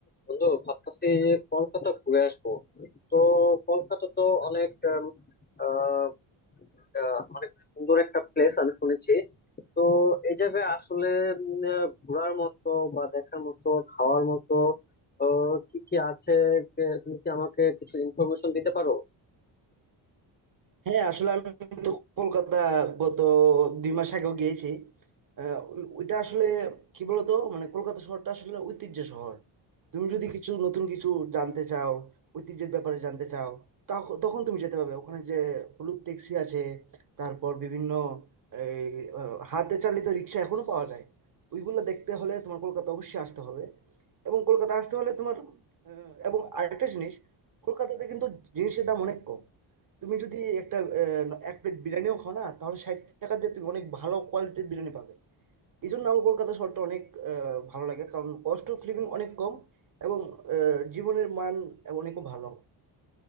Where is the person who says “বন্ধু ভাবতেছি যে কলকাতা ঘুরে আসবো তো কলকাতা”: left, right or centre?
Left